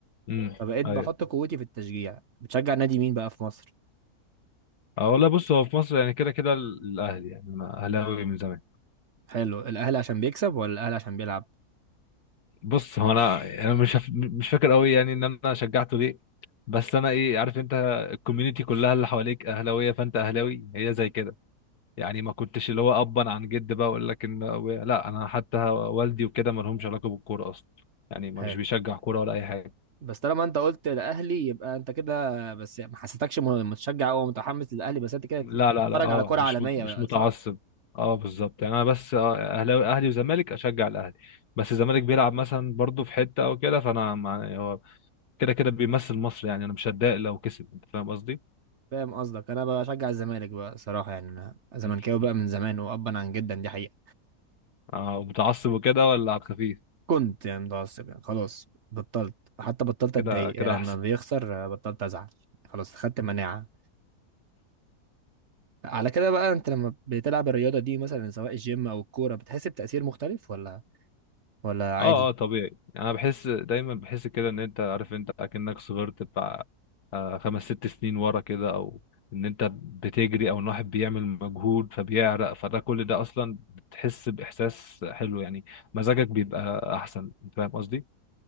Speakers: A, on the left; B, on the right.
A: امم
B: فبقيت
A: ايوه
B: بحط قوتي في التشجيع بتشجع نادي مين بقى في مصر
A: اه والله بص هو في مصر يعني كده كده ال- الاهلي يعني انا اهلاوي من زمان
B: حلو الاهلي عشان بيكسب ولا الاهلي عشان بيلعب
A: بص هو انا انا مش هف- مش فاكر قوي يعني ان انا شجعته ليه بس انا ايه عارف انت الكوميونتي كلها اللي حواليك اهلاويه فانت اهلاوي هي زي كده يعني ما كنتش اللي هو ابا عن جد بقى اقول لك ان لا انا حتى والدي وكده ما لهمش علاقه بالكوره اصلا يعني ما
B: حلو
A: مش بيشجع كوره ولا اي حاجه
B: بس طالما انت قلت الاهلي يبقى انت كده بس ما حسيتكش م- متشجع او متحمس للاهلي بس انت كده بتتفرج
A: لا لا لا اه
B: على كرة
A: مش
B: عالمية
A: مت- مش
B: بقى
A: متعصب
B: صح؟
A: اه بالظبط يعني انا بس آه، اهلاوي اهلي وزمالك اشجع الاهلي بس الزمالك بيلعب مثلا برضه في حته او كده فانا مع- هو كده كده بيمثل مصر يعني انا مش هتضايق لو كسب انت فاهم قصدي؟
B: فاهم قصدك انا بشجع الزمالك بقى صراحة يعني انا زملكاوي
A: <laughs>
B: بقى من زمان وابا عن جدا دي حقيقة
A: اه متعصب وكده ولا على الخفيف
B: كنت يعني متعصب يعني خلاص بطلت حتى بطلت
A: كده
B: اتضايق
A: كده
B: يعني لما
A: احسن
B: بيخسر آه، بطلت ازعل خلاص خدت مناعة على كده بقى انت لما بتلعب الرياضة دي مثلا سواء الجيم او الكورة بتحس بتأثير مختلف ولا ولا عادي؟
A: اه اه طبيعي انا بحس دايما بحس كده ان انت عارف انت اكنك صغرت بتاع آه، خمس ست سنين ورا كده او ان انت بتجري او ان واحد بيعمل مجهود فبيعرق فده كل ده اصلا بتحس باحساس حلو يعني مزاجك بيبقى احسن انت فاهم قصدي